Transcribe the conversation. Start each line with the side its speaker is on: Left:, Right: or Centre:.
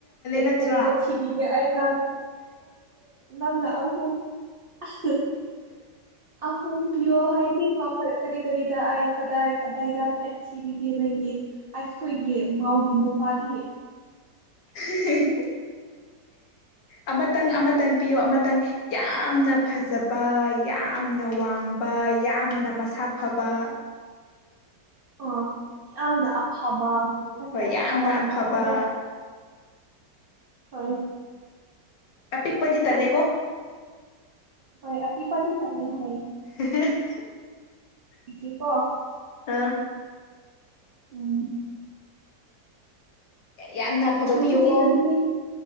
Right: ꯀꯔꯤ
Left: ꯅꯠꯇ꯭ꯔꯥ
Right: ꯀꯔꯤ ꯅꯊꯕꯒꯦ ꯑ ꯅ ꯅꯅ ꯑꯍꯨꯝ <unintelligible> ꯑꯍꯨꯝ ꯄꯤꯌꯣ ꯍꯥꯏꯗꯤꯀꯣ ꯀꯔꯤ ꯀꯔꯤꯗ ꯑꯩꯥꯏ ꯀꯗꯥꯏ ꯀꯗꯥꯏꯗ ꯊꯤꯕꯤꯒꯦ ꯅꯪꯒꯤ ꯑꯩꯈꯣꯏꯒꯤ ꯃꯥꯎꯒꯤ ꯅꯨꯄꯥꯗꯤ
Left: <unintelligible> ꯑꯃꯇꯪ ꯑꯃꯇꯪ ꯄꯤꯌꯣ ꯑꯃꯇꯪ ꯌꯥꯝꯅ ꯐꯖꯕ ꯌꯥꯝ ꯌꯥꯝꯅ ꯋꯥꯡꯕ ꯌꯥꯝꯅ ꯃꯁꯥ ꯐꯕ
Right: ꯑꯣ ꯌꯥꯝꯅ ꯑꯐꯕ ꯅꯠꯇ꯭ꯔ
Left: ꯍꯣꯏ ꯌꯥꯝꯅ
Right: ꯑꯐꯕ
Left: ꯑꯐꯕ
Right: ꯅꯨꯄꯥ ꯍꯣꯏ ꯍꯣꯏ
Left: ꯑꯄꯤꯛꯄꯗꯤ ꯇꯜꯂꯦꯀꯣ
Right: ꯍꯣꯏ ꯍꯣꯏ ꯑꯄꯤꯛꯄꯗꯤ ꯇꯜꯂꯦꯅꯦ
Left: <unintelligible>
Right: ꯖꯤꯄꯣ
Left: ꯑꯥ
Right: ꯎꯝ
Left: ꯌꯥꯝꯅ ꯑꯐꯕ
Right: ꯑꯗꯣ
Left: ꯄꯤꯌꯨꯀꯣ
Right: ꯍꯧꯖꯤꯛꯀꯥꯟꯗꯤ